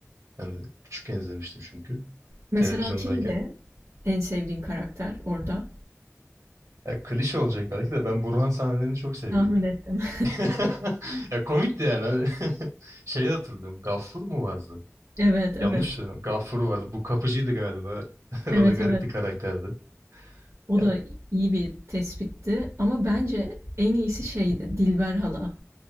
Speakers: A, on the right (about 80°); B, on the right (about 60°).
A: Yani küçükken izlemiştim çünkü.
B: Mesela
A: Televizyondayken.
B: kimdi en sevdiğin karakter orada?
A: Ya klişe olacak belki de ben Burhan sahnelerini çok seviyordum.
B: Tahmin ettim. <laughs>
A: <laughs> Ya komikti yani. Hani <laughs> Şeyi hatırlıyorum. Gaffur mu vardı?
B: Evet, evet.
A: Yanlış ya. Gaffur vardı. Bu kapıcıydı galiba. <laughs>
B: Evet,
A: O da garip
B: evet.
A: bir karakterdi.
B: O
A: Yani
B: da iyi bir tespitti ama bence en iyisi şeydi Dilber hala